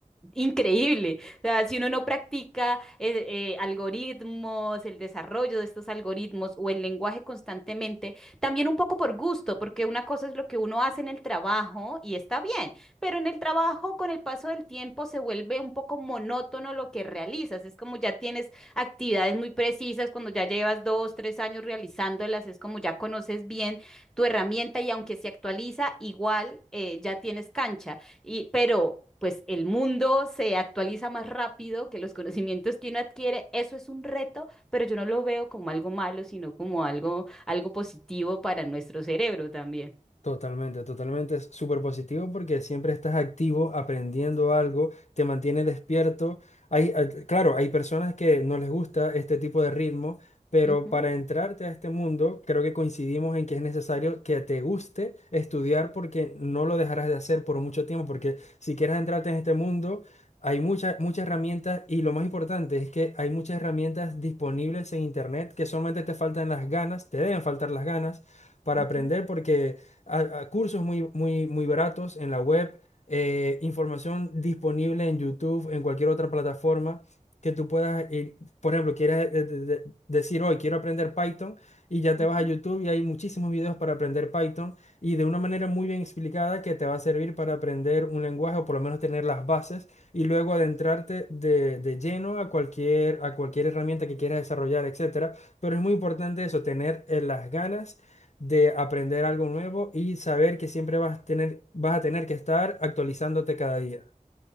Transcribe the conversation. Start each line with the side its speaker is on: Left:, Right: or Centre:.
Centre: Increíble. O sea, si uno no practica eh, eh, algoritmos, el desarrollo de estos algoritmos o el lenguaje constantemente, también un poco por gusto, porque una cosa es lo que uno hace en el trabajo y está bien, pero en el trabajo con el paso del tiempo se vuelve un poco monótono lo que realizas. Es como ya tienes actividades muy precisas, cuando ya llevas dos, tres años realizándolas, es como ya conoces bien tu herramienta y aunque se actualiza, igual eh, ya tienes cancha. Y, pero pues el mundo se actualiza más rápido que los conocimientos que uno adquiere. Eso es un reto, pero yo no lo veo como algo malo, sino como algo, algo positivo para nuestro cerebro también.
Left: Totalmente, totalmente. Es súper positivo porque siempre estás activo, aprendiendo algo, te mantiene despierto. Hay, hay- claro, hay personas que no les gusta este tipo de ritmo, pero
Centre: Ujú,
Left: para entrarte a este mundo, creo que coincidimos en que es necesario que te guste estudiar porque no lo dejarás de hacer por mucho tiempo, porque si quieres entrarte en este mundo, hay muchas, muchas herramientas y lo más importante es que hay muchas herramientas disponibles en internet que solamente te faltan las ganas, te deben faltar las ganas para
Centre: ujú,
Left: aprender porque a- a cursos muy, muy, muy baratos en la web, eh, información disponible en YouTube, en cualquier otra plataforma que tú puedas, ir. por ejemplo, quieres eh, de- de- decir hoy quiero aprender Python y ya te
Centre: ujú.
Left: vas a YouTube y hay muchísimos videos para aprender Python y de una manera muy bien explicada que te va a servir para aprender un lenguaje o por lo menos tener las bases y luego adentrarte de, de lleno a cualquier, a cualquier herramienta que quieras desarrollar, etcétera. Pero es muy importante eso, tener eh, las ganas de aprender algo nuevo y saber que siempre vas a tener, vas a tener que estar actualizándote cada día.